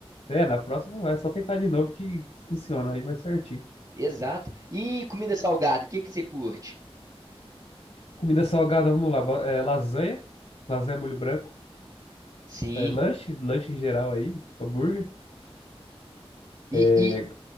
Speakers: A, on the left; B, on the right.
A: É, na próxima vai. É só tentar de novo que funciona. Aí vai certinho.
B: Exato. E comida salgada, o que que você curte?
A: Comida salgada, vamos lá. ba- é, lasanha, lasanha molho branco.
B: Sim.
A: É, lanche, lanche em geral aí, hambúrguer.
B: E,
A: É,
B: e,